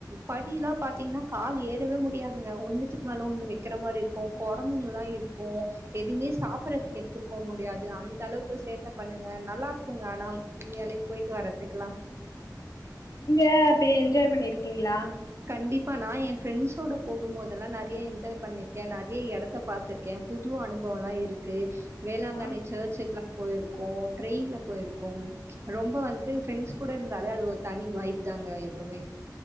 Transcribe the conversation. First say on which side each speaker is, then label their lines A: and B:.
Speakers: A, on the right; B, on the left.
A: படியெலா பாத்தீங்கனா கால் ஏறவே முடியாதுங்க ஒண்ணுத்துக்கு மேல ஒண்ணு வை வெக்கிற மாரி இருக்கு கொரங்குங்கலா இருக்கு எதுமே சாப்பறதுக்கு எடுத்துட் போ முடியாது அந்த அளவுக்கு சேட்ட பண்ணுங்க நல்லா இருக்குங்க ஆனா உண்மயாலெ போய்ட்டு வரத்துக்கலா
B: நீங்க அப்ப என்ஜாய் பண்ணிருக்கீங்களா
A: கண்டிப்பா நா ஏ ஃப்ரெண்ட்ஸோட போகும் போதெல்லா நெறைய என்ஜாய் பண்ணிருக்கே நெறைய எடத்த பாத் திருக்கே புது அனுபவல்லா இருக்கு வேளாங்கண்ணி
B: ஆ
A: சர்ச்சுக்லா போயிருக்கோ ட்ரெயின்ல போயிருக்கோ ரொம்ப வந்து ஃப்ரெண்ட்ஸ் கூட இருந்தாலே அது ஒரு தனி வாய்ப்பு தாங்க எப்போமே